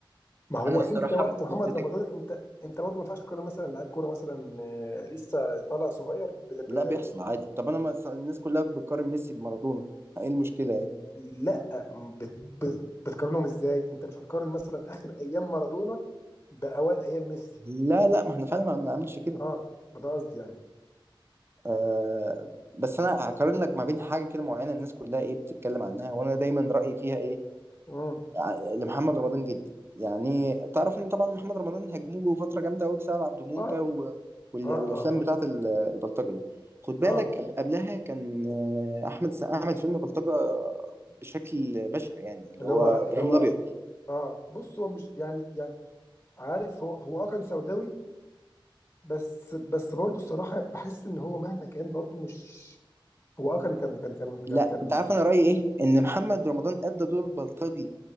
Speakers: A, on the left; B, on the right.
A: ما هو
B: انا بصراحه
A: انت وقت
B: بت-
A: محمد
B: بت-
A: رمضان انت انت برضه ما ينفعش تقارن مثلا لعيب كوره مثلا آه، لسه طالع صغير ب... ب...
B: لا بيحصل عادي طب انا ما الناس كلها بتقارن ميسي بمارادونا ايه المشكله يعني
A: لا ب... ب... بتقارنهم ازاي انت مش هتقارن مثلا اخر ايام مارادونا بأوائل أيام ميسي
B: لا لا ما احنا فعلا ما ما عملش كده
A: اه ما ده قصدي يعني
B: آه بس انا هقارن لك ما بين حاجه كده معينه الناس كلها ايه بتتكلم عنها وانا دايما رايي فيها ايه
A: امم
B: ع- لمحمد رمضان جدا يعني تعرف ان طبعا محمد رمضان هجموه فتره جامده قوي بسبب عبده موته
A: اه
B: و... وال...
A: اه اه
B: والافلام
A: اه
B: بتاعت ال- البلطجه دي خد بالك
A: اه
B: قب- قبلها كان آه، احمد السقا عمل فيلم بلطجه بشكل بشع يعني اللي
A: اللي
B: هو
A: هو
B: ابراهيم
A: اللي هو
B: الابيض
A: اه بص هو مش يعني يعني عارف هو هو اه كان سوداوي بس بس برضه الصراحة بحس إن هو مهما كان برضه مش هو اه كان كان كان كان
B: لا
A: كان كان
B: انت عارف انا رايي ايه ان محمد رمضان ادى دور بلطجي